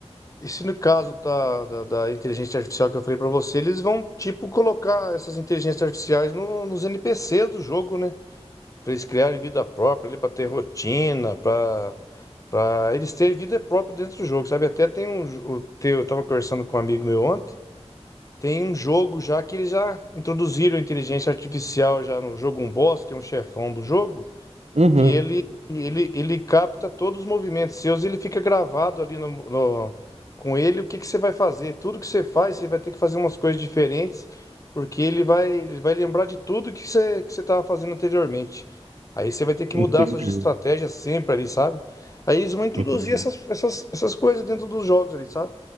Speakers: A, on the left (about 30°); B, on the right (about 70°).
A: isso no caso da, da, da inteligência artificial que eu falei pra você, eles vão tipo colocar essas inteligências artificiais no- nos NPCs do jogo, né? para eles criarem vida própria, ali para ter rotina, para para eles terem vida própria dentro do jogo, sabe? Até tem um, jo- o teu, eu tava conversando com um amigo meu ontem, tem um jogo já que eles já introduziram inteligência artificial já no jogo, um boss, que é um chefão do jogo
B: Uhum.
A: que ele, ele, ele capta todos os movimentos seus e ele fica gravado ali no, no- com ele o que que você vai fazer. Tudo que você faz, você vai ter que fazer umas coisas diferentes, porque ele vai, ele vai lembrar de tudo que você, que você estava fazendo anteriormente. Aí você vai ter que
B: Entendi,
A: mudar suas estratégias sempre ali, sabe? Aí eles vão introduzir
B: entendi.
A: essas, essas, essas coisas dentro dos jogos ali, sabe?